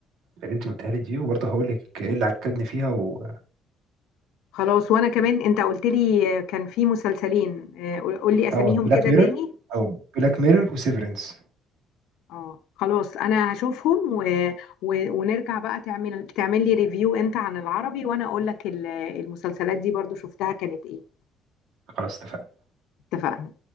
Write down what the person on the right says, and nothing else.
اللي انت قلتها لي دي وبرضه هقول لك ايه اللي عجبني فيها و...
اه بلاك
ميرور
او بلاك ميرور وسيفرنس
خلاص اتفقنا